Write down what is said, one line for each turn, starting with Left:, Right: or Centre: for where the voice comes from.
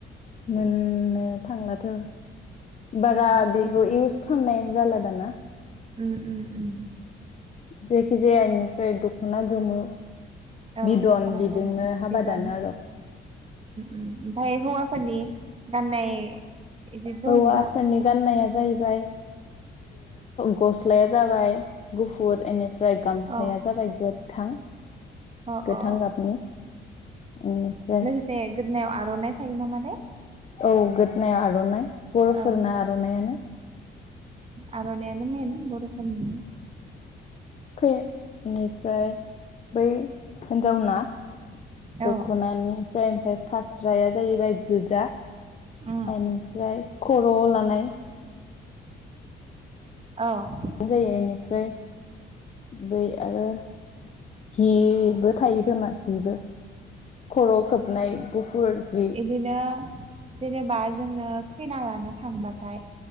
Left: मोननो थांलाथ' बारा
Right: ओ
Left: बेखौ
Right: इनि
Left: इउस खालामनायानो जाला दाना
Right: ओम ओम ओम
Left: जायखिजाया बेनिफ्राय दख'ना गोमो
Right: औ
Left: बिदन
Right: दख'ना
Left: बिजोंनो
Right: गोमो
Left: हाबा
Right: बिदन
Left: जानो आरो'
Right: ओमफ्राय हौवाफोरनि गाननाय इदि दंना
Left: हौवाफोरनि गाननाया जाहैबाय गस्लाया जाबाय गुफुर ए ओमफ्राय गामसाया
Right: औ
Left: जाबाय गोथां
Right: अ
Left: गोथां
Right: अ
Left: गाबनि ओमफ्राय
Right: ए गोदोनायाव आर'नाइ थायो नामा दे
Left: औ गोदनाय आर'नाइ बर'फोरना
Right: औ
Left: आर'नायानो
Right: आर'नायानो मेन बर'फोरनि
Left: बेनिफ्राय बै हिनजावना दख'नानिफ्राय
Right: औ
Left: ओमफ्राय फास्राया जाहैबाय गोजा
Right: अ
Left: बेनिफ्राय खर' लानाय
Right: औ
Left: जायो बेनिफ्राय बै आरो हिबो थायो खोमा हिबो खर' खोबनाय गुफुर जि
Right: बिदिनो जेनेबा जोंनो खैना लानो थांबाथाय